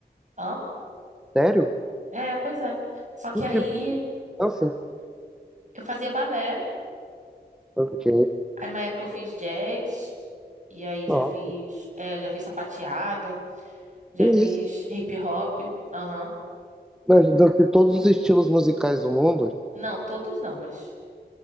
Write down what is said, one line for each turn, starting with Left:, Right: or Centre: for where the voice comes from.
Right: hã?
Centre: Sério?
Right: É, pois é. Só que
Centre: Que
Right: aí
Centre: tipo de dança?
Right: eu fazia balé,
Centre: Ok.
Right: aí uma época eu fiz jazz, e aí já
Centre: Ó,
Right: fiz, é, já fiz sapateado, já
Centre: é
Right: fiz
Centre: isso.
Right: hip hop, aham.
Centre: Mas de todos os estilos musicais do mundo,
Right: Não, todos não, mas